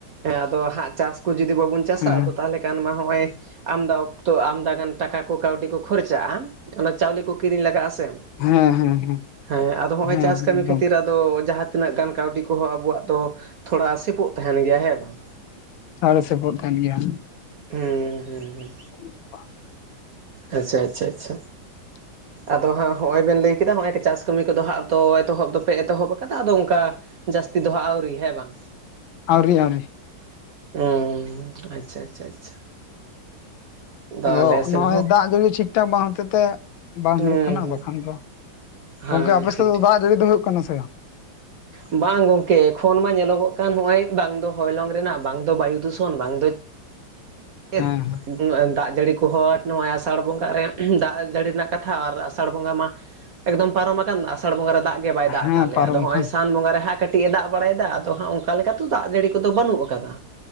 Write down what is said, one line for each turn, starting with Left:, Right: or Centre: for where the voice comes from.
Right: ᱟᱫᱚ ᱦᱟᱸᱜ ᱪᱟᱥ ᱠᱚ ᱡᱩᱫᱤ ᱵᱟᱵᱚᱱᱼᱼ ᱪᱟᱥᱟ
Left: ᱦᱮᱸ
Right: ᱟᱫᱚ ᱛᱟᱦᱚᱞᱮ ᱠᱷᱟᱱ ᱢᱟ ᱦᱚᱸᱜ-ᱚᱭᱼᱼ ᱟᱢᱫᱟ ᱚᱠᱛᱚ ᱟᱢᱫᱟ ᱜᱟᱱ ᱴᱟᱠᱟ ᱠᱚ ᱠᱟᱹᱣᱰᱤ ᱠᱚ ᱠᱷᱚᱨᱪᱟᱜ-ᱟ ᱚᱱᱟ ᱪᱟᱣᱞᱮ ᱠᱚ ᱠᱤᱨᱤᱧ ᱞᱟᱜᱟᱜ-ᱟ ᱥᱮ᱾
Left: ᱦᱮᱸ ᱦᱮᱸ ᱦᱮᱸ᱾
Right: ᱦᱮᱸ ᱟᱫᱚ ᱦᱚᱸᱜ-ᱚᱭ
Left: ᱦᱮᱸ
Right: ᱪᱟᱥ ᱠᱟᱹᱢᱤ
Left: ᱮᱠᱫᱚᱢ
Right: ᱠᱷᱟᱹᱛᱤᱨ ᱟᱫᱚᱼᱼ ᱛᱚ ᱡᱟᱦᱟᱸ ᱛᱤᱱᱟᱹᱜ ᱜᱟᱱ ᱠᱟᱹᱣᱰᱤ ᱠᱚᱦᱚᱸ ᱟᱵᱚᱣᱟᱜ ᱫᱚ ᱛᱷᱚᱲᱟ ᱥᱮᱯᱚᱜ ᱛᱟᱦᱮᱸᱱ ᱜᱮᱭᱟ ᱦᱮᱸ ᱵᱟᱝ?
Left: ᱛᱟᱦᱚᱞᱮ ᱥᱯᱚᱜ ᱛᱟᱦᱮᱱ ᱜᱮᱭᱟ᱾
Right: ᱦᱩᱸ ᱦᱩᱸ ᱦᱩᱸ᱾
Left: <unintelligible>
Right: ᱟᱪᱪᱷᱟ ᱟᱪᱪᱷᱟ ᱟᱪᱪᱷᱟ᱾
Left: <unintelligible>
Right: ᱟᱫᱚ ᱦᱟᱸᱜ ᱦᱚᱸᱜᱼᱚᱭ ᱵᱮᱱ ᱞᱟᱹᱭ ᱠᱮᱫᱟ ᱱᱚᱜᱼᱚᱭ ᱪᱟᱥ ᱠᱟᱹᱢᱤ ᱠᱚᱫᱚ ᱦᱟᱸᱜ ᱫᱚ ᱮᱛᱚᱦᱚᱵ ᱫᱚᱯᱮ ᱮᱛᱚᱦᱚᱵ ᱟᱠᱟᱫᱟ ᱟᱫᱚ ᱚᱱᱠᱟ ᱡᱟᱹᱥᱛᱤ ᱫᱚ ᱦᱟᱸᱜ ᱟᱹᱣᱨᱤ ᱦᱮᱸ ᱵᱟᱝ?
Left: ᱟᱹᱣᱨᱤ ᱟᱹᱣᱨᱤ᱾
Right: ᱩᱸ ᱟᱪᱪᱷᱟ ᱟᱪᱪᱷᱟ ᱟᱪᱪᱷᱟ᱾ ᱟᱫᱚ ᱟᱞᱮ
Left: ᱚᱜ
Right: ᱥᱮᱱ
Left: ᱱᱚᱜᱼᱚᱭ
Right: ᱦᱚᱸ
Left: ᱫᱟᱜ ᱡᱟᱹᱲᱤ ᱴᱷᱤᱠ ᱴᱷᱟᱠ ᱵᱟᱝ ᱦᱚᱛᱮᱡ ᱛᱮ ᱵᱟᱝ
Right: ᱦᱩᱸ
Left: ᱦᱩᱭᱩᱜ ᱠᱟᱱᱟ
Right: ᱦᱩᱸ
Left: ᱵᱟᱠᱷᱟᱱ ᱫᱚ
Right: ᱦᱮᱸ
Left: ᱜᱚᱝᱠᱮ ᱟᱯᱮ
Right: ᱴᱷᱤᱠ
Left: ᱥᱮᱫ ᱫᱚ
Right: ᱴᱷᱤᱠ
Left: ᱫᱟᱜ
Right: ᱴᱷᱤᱠ
Left: ᱡᱟᱹᱲᱤ ᱫᱚ ᱦᱩᱭᱩᱜ ᱠᱟᱱᱟ ᱥᱮ ᱵᱟᱝ? <unintelligible>
Right: ᱵᱟᱝ ᱜᱚᱝᱠᱮ ᱮᱠᱷᱚᱱ ᱢᱟ ᱧᱮᱞᱚᱜᱚᱜ ᱠᱟᱱ ᱦᱚᱸᱜᱼᱚᱭ ᱵᱟᱝ ᱫᱚ ᱦᱚᱭᱞᱚᱝ ᱨᱮᱱᱟᱜ ᱵᱟᱝ ᱫᱚ ᱵᱟᱭᱩ ᱫᱷᱩᱥᱚᱱ ᱵᱟᱝ ᱫᱚ ᱪᱮᱫ᱾
Left: ᱦᱮᱸ
Right: ᱫᱟᱜ ᱡᱟᱹᱲᱤ ᱠᱚ ᱦᱚᱸ ᱱᱚᱜᱼᱚᱭ ᱟᱥᱟᱲ ᱵᱚᱸᱜᱟ ᱨᱮ ᱫᱟᱜ ᱡᱟᱹᱲᱤ ᱨᱮᱱᱟᱜ ᱠᱟᱛᱷᱟ ᱟᱨ ᱟᱥᱟᱲ ᱵᱚᱸᱜᱟ ᱢᱟ ᱮᱠᱫᱚᱢ ᱯᱟᱨᱚᱢ ᱟᱠᱟᱱ ᱟᱥᱟᱲ ᱵᱚᱸᱜᱟ ᱨᱮ ᱫᱟᱜ ᱜᱮ ᱵᱟᱭ
Left: ᱦᱮᱸ
Right: ᱫᱟᱜ ᱠᱟᱫ ᱞᱮᱭᱟ
Left: ᱯᱟᱨᱚᱢ
Right: ᱟᱫᱚ ᱦᱚᱸᱜᱼᱚᱭ
Left: ᱟᱠᱟᱱ
Right: ᱥᱟᱱ ᱵᱚᱸᱜᱟ ᱨᱮ ᱦᱟᱸᱜ ᱠᱟᱹᱴᱤᱡ ᱮ ᱫᱟᱜ ᱵᱟᱲᱟᱭᱮᱫᱟ ᱟᱫᱚ ᱦᱟᱸᱜ ᱚᱱᱠᱟ ᱞᱮᱠᱟ ᱞᱮᱠᱟᱛᱮᱚ ᱫᱟᱜ ᱡᱟᱹᱲᱤ ᱠᱚᱫᱚ ᱵᱟᱹᱱᱩᱜ ᱠᱟᱫᱟ᱾